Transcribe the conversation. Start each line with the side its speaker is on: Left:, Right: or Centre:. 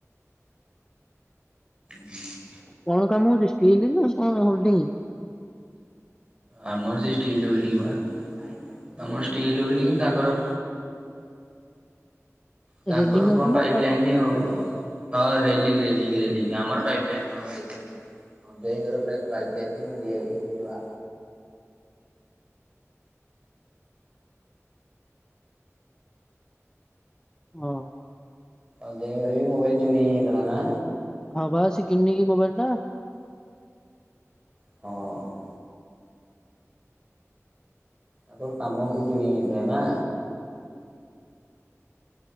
Right: <inaudible>
Left: କଣ କାମ ହଉଛି ଷ୍ଟିଲ ନା କଣ ହୋଲ୍ଡିଙ୍ଗ?
Right: ଆମର ସେ ଷ୍ଟିଲ ହୋଲ୍ଡିଙ୍ଗ ବା, ତମର ଷ୍ଟିଲ ହୋଲ୍ଡିଙ୍ଗ ତାଙ୍କର ତାଙ୍କର
Left: ରେଲିଂ ହଉଛି
Right: କଣ ପାଇପ
Left: ନା
Right: ଲାଇନ ଆଉ। ହଁ ରେଲିଂ ରେଲିଂ ରେଲିଂ ଆମର ପାଇପ ଲାଇନ ଆମ ରେଲିଁ। ହଁ ଦେଇ ଘର ପାଇପଲାଇନ ଦୀଆ ହେଇଯାଇଛି ବା।
Left: ହଁ।
Right: ହଉ <unintelligible> ବି ମୋବାଇଲ ଚୋରି ହେଇଥିଲା ନା।
Left: ହଁ ବା ସେ କିଣିନୀ କି ମୋବାଇଲଟା।
Right: ହଁ। ଆଙ୍କ କାମ ଉପରୁ ଚୋରି ହେଇଯାଇଥିଲା ନା।